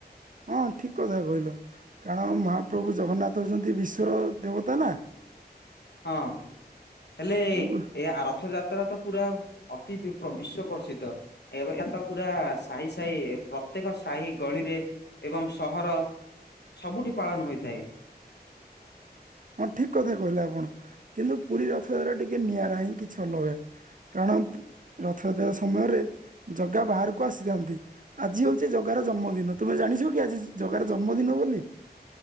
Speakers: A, on the right; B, on the left.
A: ହଁ ଠିକ୍ କଥା କହିଲ କାରଣ ମହାପ୍ରଭୁ ଜଗନ୍ନାଥ ହେଉଛନ୍ତି ବିଶ୍ୱର ଦେବତା ନା।
B: ହଁ। ହେଲେ
A: ତେଣୁ
B: ଏ ଆ ରଥଯାତ୍ରା ତ ପୁରା ଅତି ବିପ୍ର-ବିଶ୍ଵ ପ୍ରସିଦ୍ଧ। ଏବେ ତ ପୁରା ସାହି ସାହି ପ୍ରତ୍ୟେକ ସାହି ଗଳିରେ ଏବଂ ସହର ସବୁଠି ପାଳନ ହୋଇଥାଏ।
A: ହଁ ଠିକ କଥା କହିଲେ ଆପଣ କିନ୍ତୁ ପୁରୀ ରଥଯାତ୍ରା ଟିକେ ନିଆରା ହିଁ କିଛି ଅଲଗା‌। କାରଣ ରଥଯାତ୍ରା ସମୟରେ ଜଗା ବାହାରକୁ ଆସିଥାନ୍ତି। ଆଜି ହଉଛି ଜଗାର ଜନ୍ମଦିନ ତୁମେ ଜାଣିଛ କି ଆଜି ଜଗାର ଜନ୍ମଦିନ ବୋଲି।